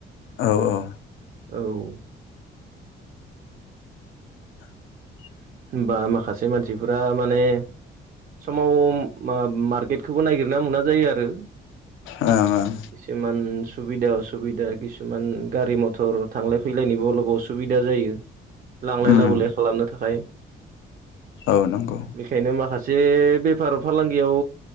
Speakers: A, on the left; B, on the right.
A: औ औ
B: औ
A: <inaudible>
B: बा माखासे मानसिफोरा माने समाव मो मार्केटखौबो नायगिरना मोना जायो आरो
A: औ औ।
B: खिसुमान सुबिदा असुबिदा किसुमान गारि मथर थांलाय फैलायनिबो अलप असुबिदा जायो। लांलाय
A: उम
B: लाबोलाय खालामनो थाखाय
A: औ नंगौ।
B: बेखायनो माखासे बेफार फालांगियाव